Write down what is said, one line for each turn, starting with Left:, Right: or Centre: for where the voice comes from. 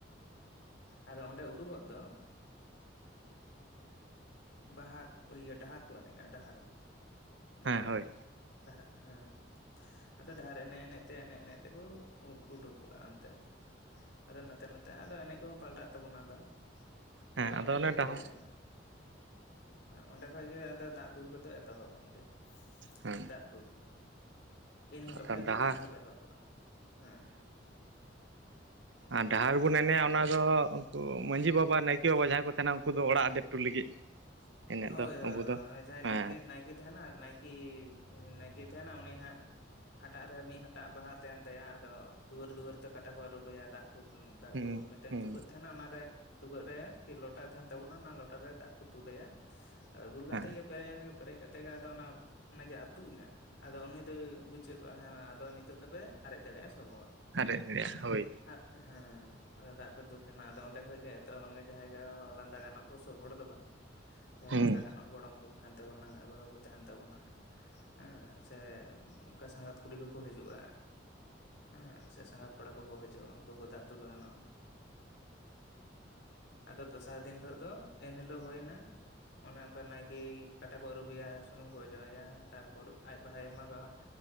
Left: ᱟᱫᱚ ᱚᱸᱰᱮ ᱩᱰᱩᱠᱚᱜ ᱫᱚ ᱵᱟᱦᱟ ᱤᱭᱟᱹ ᱰᱟᱦᱟᱨ ᱮᱱᱮᱡᱼᱟ ᱰᱟᱦᱟᱨ ᱰᱟᱦᱟᱨ
Right: ᱦᱮᱸ ᱦᱳᱭ
Left: ᱮᱱᱮᱡ ᱦᱮᱸ ᱟᱫᱚ ᱰᱟᱦᱟᱨ ᱮᱱᱮᱡ ᱮᱱᱮᱡ ᱛᱮ ᱮᱱᱮᱡ ᱮᱱᱮᱡ ᱛᱮᱠᱚ ᱩᱰᱩᱠᱚᱜᱼᱟ ᱚᱱᱛᱮ ᱟᱫᱚ ᱱᱚᱛᱮ ᱱᱚᱛᱮ ᱟᱫᱚ ᱮᱱᱮᱡ ᱠᱚᱦᱚᱸ ᱯᱟᱞᱴᱟᱜ ᱛᱟᱵᱚᱱᱟ ᱟᱫᱚ
Right: ᱦᱮᱸ
Left: ᱟᱫᱚ ᱚᱸᱰᱮ
Right: ᱚᱱᱮ
Left: ᱠᱷᱚᱡ
Right: ᱰᱟᱦᱟᱨ
Left: ᱜᱮ ᱦᱮᱸ ᱚᱸᱰᱮ ᱠᱷᱚᱡ ᱜᱮ ᱫᱟᱜ ᱫᱩᱞ ᱠᱚᱫᱚ ᱮᱛᱚᱦᱚᱵ ᱜᱮ
Right: ᱦᱮᱸ
Left: ᱫᱟᱜ ᱫᱩᱞ ᱮᱱ ᱦᱤᱞᱳᱜ
Right: ᱟᱨ
Left: ᱠᱷ ᱜᱮ
Right: ᱰᱟᱦᱟᱨ
Left: ᱫᱟᱜ ᱫᱚ ᱮᱦᱚᱵᱚᱜᱼᱟ ᱦᱮᱸ
Right: ᱟᱨ ᱰᱟᱦᱟᱨ
Left: ᱟᱫᱚ
Right: ᱵᱚᱱ ᱮᱱᱮᱡᱼᱟ
Left: ᱚᱸᱰᱮ
Right: ᱚᱱᱟ
Left: ᱠᱷᱚᱡ
Right: ᱫᱚ ᱢᱟᱺᱡᱷᱤ ᱵᱟᱵᱟ ᱱᱟᱭᱠᱮ ᱵᱟᱵᱟ ᱡᱟᱦᱟᱸᱭ ᱠᱚ ᱠᱚ ᱛᱟᱦᱮᱱᱟ ᱩᱱᱠᱩ ᱫᱚ ᱚᱲᱟᱜ ᱰᱴᱩ ᱞᱟᱹᱜᱤᱫ ᱮᱱᱮᱡ
Left: ᱦᱳᱭ
Right: ᱫᱚ
Left: ᱦᱳᱭ
Right: ᱟᱵᱚ ᱫᱚ
Left: ᱦᱳᱭ ᱡᱟᱦᱟᱸᱭ
Right: ᱦᱮᱸ
Left: ᱱᱟᱭᱠᱮ ᱱᱟᱭᱠᱮ ᱛᱟᱦᱮᱱᱟ ᱱᱟᱭᱠᱤ ᱴᱤᱠᱤ ᱛᱟᱦᱮᱱᱟ ᱩᱱᱤ ᱦᱟᱸᱜ ᱦᱟᱴᱟᱜ ᱨᱮ ᱢᱤᱫ ᱦᱟᱴᱟᱜ ᱵᱟᱦᱟ ᱛᱟᱦᱮᱱ ᱛᱟᱭᱟ ᱟᱫᱚ ᱫᱩᱣᱟᱹᱨ ᱫᱩᱣᱟᱹᱨ ᱛᱮ ᱠᱟᱴᱟ ᱠᱚ ᱟᱹᱨᱩᱵᱮᱭᱟ ᱫᱟᱜ ᱫᱟᱜ
Right: ᱦᱩᱸ
Left: ᱠᱚ ᱢᱤᱫᱴᱮᱱ
Right: ᱦᱩᱸ
Left: ᱪᱩᱠᱟᱹᱜ ᱛᱟᱦᱮᱱᱟ ᱚᱱᱟᱨᱮ ᱪᱩᱜᱟᱹᱜ ᱨᱮ ᱠᱤ ᱞᱚᱴᱟ ᱛᱟᱦᱮᱱ ᱛᱟᱵᱚᱱᱟ ᱚᱱᱟ ᱞᱚᱴᱟ ᱨᱮ ᱫᱟᱜ ᱠᱚ ᱫ ᱩᱞᱟᱹᱭᱟ ᱫᱩᱞᱠᱟᱛ
Right: ᱦᱮᱸ
Left: ᱜᱮ ᱯᱮᱭ ᱜᱮ ᱯᱮᱨᱮᱡ ᱠᱟᱛᱮ ᱜᱮ ᱟᱫᱚ ᱚᱱᱟ ᱚᱱᱮ ᱡᱮ ᱟᱹᱛᱩᱜ ᱦᱮ ᱟᱫᱚ ᱩᱱᱤ ᱫᱚᱭ ᱵᱩᱡᱮᱫ ᱠᱚᱣᱣᱟ ᱦᱮᱸ ᱟᱫᱚ ᱱᱤᱛᱚᱜ ᱫᱚᱯᱮ ᱟᱨᱮᱡ ᱫᱟᱲᱮᱭᱟᱜᱼᱟ ᱥᱚᱵᱚᱦᱚᱲ
Right: ᱟᱨᱨᱮ ᱨᱭᱟ ᱦᱳᱭ
Left: ᱟᱨ ᱦᱮᱸ ᱟ ᱫᱟᱜ ᱯᱮ ᱫᱩᱞ ᱡᱚᱱᱟ ᱟᱫᱚ ᱚᱸᱰᱮ ᱠᱷᱚᱡ ᱜᱮ ᱮᱚ ᱡᱟᱦᱟᱸ ᱞᱟᱸᱫᱟ ᱜᱟᱱᱚᱜ ᱠᱚ ᱥᱚᱵ ᱦᱚᱲ ᱫᱚ ᱵᱟᱝ ᱡᱟᱦᱟᱸᱭ
Right: ᱦᱩᱸ
Left: ᱞᱟᱸᱫᱟ ᱜᱟᱱᱚᱜ ᱜᱚᱲᱚᱢ ᱠᱚ ᱛᱟᱦᱮᱱ ᱛᱟᱵᱚᱱᱟ ᱵᱟᱦᱩ ᱠᱩ ᱛᱟᱦᱮᱱ ᱛᱟᱵᱚᱱᱟ ᱦᱮᱸ ᱥᱮ ᱚᱱᱠᱟ ᱥᱟᱸᱜᱟᱛ ᱠᱚ ᱠᱩᱲᱤ ᱠᱚᱠᱚ ᱦᱤᱡᱩᱜᱼᱟ ᱦᱮᱸ ᱥᱮ ᱥᱟᱸᱜᱟᱛ ᱠᱚᱲᱟ ᱠᱚᱠᱚ ᱦᱤᱡᱩᱜᱼᱟ ᱩᱱᱠᱩ ᱠᱚ ᱫᱟᱜ ᱫᱩᱞ ᱜᱟᱹᱱᱚᱜᱼᱟ ᱟᱫᱚ ᱫᱚᱥᱟᱨ ᱫᱤᱱ ᱦᱤᱞᱳᱜ ᱫᱚ ᱮᱱᱦᱤᱞᱳᱜ ᱦᱩᱭᱱᱟ ᱚᱱᱮ ᱚᱱᱠᱟ ᱱᱟᱭᱠᱮ ᱠᱟᱴᱟ ᱠᱚ ᱟᱹᱨᱩᱵᱮᱭᱟ ᱥᱩᱱᱩᱢ ᱠᱚ ᱚᱡᱚᱜ ᱟᱭᱟ ᱛᱟᱨᱯᱚᱨ ᱟᱡ ᱵᱟᱦᱟᱭ ᱮᱢᱟᱜᱟᱜᱼᱟ